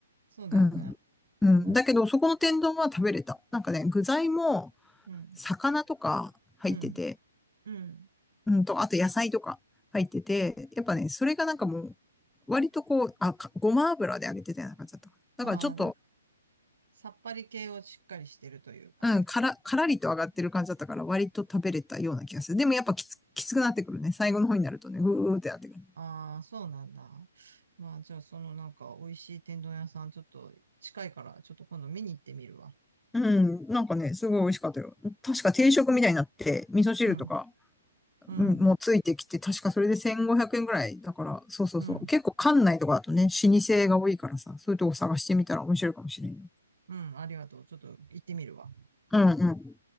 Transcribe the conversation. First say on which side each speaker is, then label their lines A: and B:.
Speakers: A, on the right (about 70°); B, in the centre.
A: そうだよね。
B: うん。うん。
A: なんか、
B: だけど、そこの天丼は食べれた。なんかね、具材も、
A: うん、
B: 魚とか入ってて、
A: うん、うん。
B: うんと、あと野菜とか入ってて、やっぱね、それがなんかもう、割とこう、あ、かごま油で揚げてたような感じだったかな。
A: ああ、
B: だからちょっと、
A: なんか、さっぱり系をしっかりしてるというかね。
B: うん、から、からりと上がってる感じだったから、割と食べれたような気がする。でもやっぱきつ、きつくなってくるね。最後の方になるとね、ぐーってなってくるね。
A: ああ、そうなんだ。まあ、じゃあ、そのなんか、美味しい天丼屋さん、ちょっと近いから、ちょっと今度見に行ってみるわ。
B: うん、なんかね、すごい美味しかったよ。確か定食みたいになって、味噌汁とか、
A: うん、うん、
B: うん、もうついてきて、確かそれで1500円ぐらいだから、そうそうそう。
A: うん。
B: 結構館内とかだとね、老舗が多いからさ、そういうとこ探してみたら面白いかもしれんよ。
A: うん、ありがとう。ちょっと行ってみるわ。
B: うんうん。